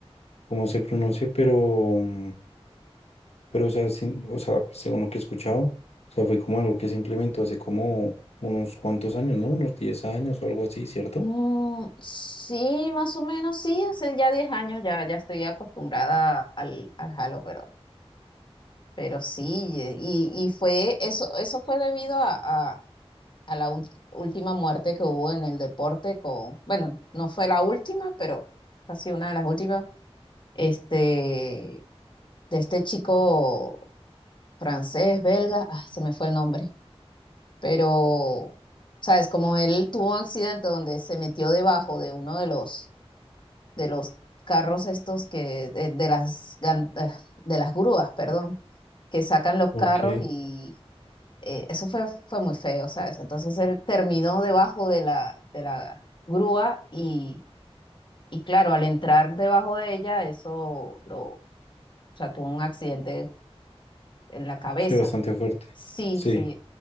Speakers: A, on the left; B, on the left.
A: cómo se pronuncia, pero, mm, pero, o sea, sin- o sea, según lo que he escuchado, o sea, fue como algo que se implementó hace como unos cuantos años, ¿no? Unos 10 años o algo así, ¿cierto?
B: Mm, sí, más o menos, sí, hace ya 10 años ya, ya estoy acostumbrada al, al Halo, pero Pero sí, eh, y, y fue eso, eso fue debido a, a- a la ul- última muerte que hubo en el deporte con, bueno, no fue la última, pero casi una de las últimas, este, de este chico francés, belga, ay, se me fue el nombre, pero, sabes, como él tuvo un accidente donde se metió debajo de uno de los, de los carros estos que, de, de las, gan- eh, de las grúas, perdón, que sacan los
A: Ok,
B: carros y eh, eso fue, fue muy feo, ¿sabes? Entonces él terminó debajo de la, de la grúa y, y claro, al entrar debajo de ella, eso lo, o sea, tuvo un accidente en la cabeza.
A: sí, bastante fuerte.
B: Sí,
A: Sí.
B: sí.